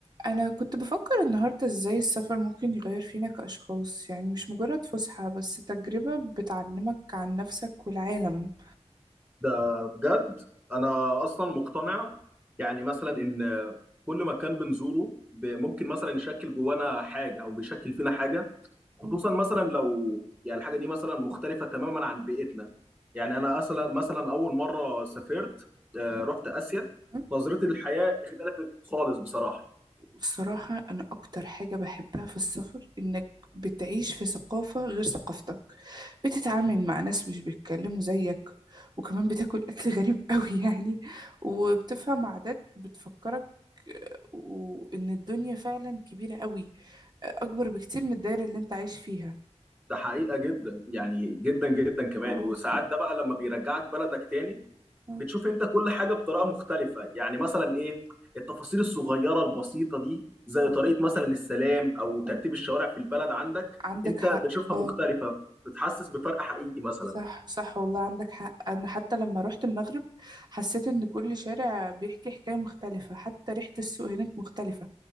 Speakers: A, on the right; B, on the right.
A: أنا كنت بفكر النهاردة إزاي السفر ممكن يغير فينا كأشخاص يعني مش مجرد فسحة بس تجربة بتعلمك عن نفسك والعالم
B: ده بجد انا اصلا مقتنع يعني مثلا ان كل مكان بنزوره ب- ممكن مثلا يشكل جوانا حاجه او بيشكل فينا حاجه خصوصا
A: أه،
B: مثلا لو يعني الحاجه دي مثلا مختلفه تماما عن بيئتنا يعني انا اصلا مثلا اول مره سافرت آه،
A: أه،
B: رحت اسيا
A: أه.
B: نظرتي للحياه اختلفت خالص بصراحه
A: والصراحة أنا أكتر حاجة بحبها في السفر إنك بتعيش في ثقافة غير ثقافتك بتتعامل مع ناس مش بيتكلموا زيك وكمان بتاكل أكل غريب <laughs> قوي يعني وبتفهم عادات بتفكرك آه، وإن الدنيا فعلا كبيرة قوي آه، أكبر بكتير من الدايرة اللي أنت عايش فيها
B: ده حقيقه جدا يعني جدا جدا كمان
A: اه
B: وساعات ده بقى لما بيرجعك بلدك تاني
A: اه
B: بتشوف انت كل حاجه بطريقه مختلفه يعني مثلا ايه التفاصيل الصغيره البسيطه دي زي
A: اه
B: طريقه مثلا السلام او ترتيب
A: آه.
B: الشوارع في البلد عندك
A: عندك
B: انت
A: حق
B: بتشوفها
A: اه
B: مختلفه بتحسس بفرق حقيقي مثلا
A: صح صح والله عندك حق انا حتى لما روحت المغرب حسيت ان كل شارع بيحكي حكاية مختلفة حتى ريحة السوق هناك مختلفة